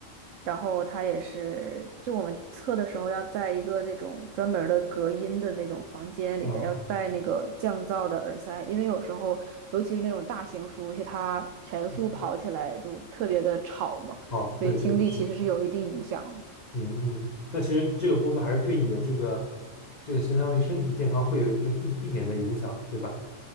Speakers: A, on the right; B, on the left.
A: 然后他也是，就我们测的时候要在一个那种专门儿的隔音的那种房间里边，
B: 哦
A: 要戴那个降噪的耳塞，因为有时候，尤其是那种大型服务器，它全速跑起来就特别的吵嘛，
B: 嗯哦，
A: 对听力其实是有一定影响。
B: 对对是的，嗯嗯，那其实这个工作还是对你的这个这个相当于身体健康会有一定一一点的影响，对吧？